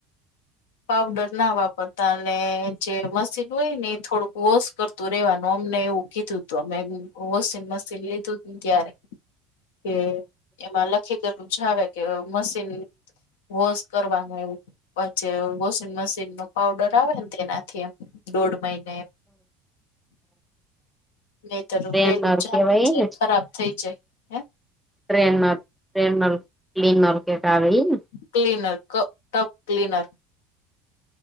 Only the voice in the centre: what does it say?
ટ્રેનર
કેવાય
ને
ટ્રેનર ટ્રેનલ ક્લીનર કેખ આવે ઈને